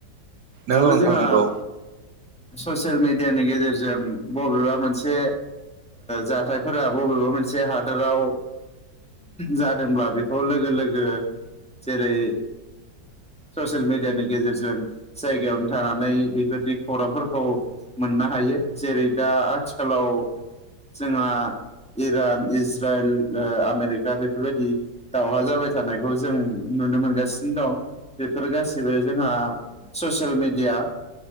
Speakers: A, on the right; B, in the centre.
A: नंगौ
B: आरो
A: नोंथां
B: जोंहा
A: नंगौ
B: ससियेल मिेडियानि गेजेरजों बबेबा मोनसे जाथायफोरा बबेबा मोनसे हादोराव जादोंब्ला बेखौ लोगो लोगो जेरै ससियेल मिडियानि गेजेरजों जायगायावनो थानानै बेफोरनि खौरांफोरखौ मोननो हायो जेरै दा आथिखालाव जोंहा इराद इज्राइल आमेरिका बेफोरबायदि दावहा जाबाय थानायखौ जों नुनो मोनगासिनो दं बेफोर गासिबो जोंहा ससियेल मिडिया